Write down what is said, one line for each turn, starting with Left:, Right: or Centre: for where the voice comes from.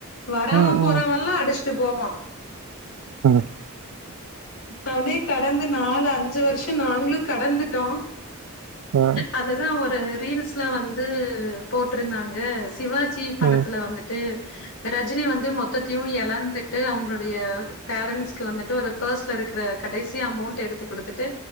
Left: வராவன்
Right: ம்,
Left: போறாவயெல்லாம்
Right: ம்.
Left: அடிச்சுட்டு போவான்
Right: ம்.
Left: அவனே கடந்து நாலு அஞ்சு வருஷ நாங்களு கடந்துட்டோ
Right: ஆ,
Left: அதுதா ஒரு ரீல்ஸ்ல வந்து போட்ருந்தாங்க சிவா ஜி படத்துல
Right: ம்.
Left: வந்துட்டு ரஜினி வந்து மொத்தத்தையு எழந்துட்டு அவுங்களுடைய பேரன்ட்ஸ்க்கு வந்துட்டு ஒரு பெர்ஸ் ல இருக்குற கடைசி அமௌண்ட் எடுத்து குடுத்துட்டு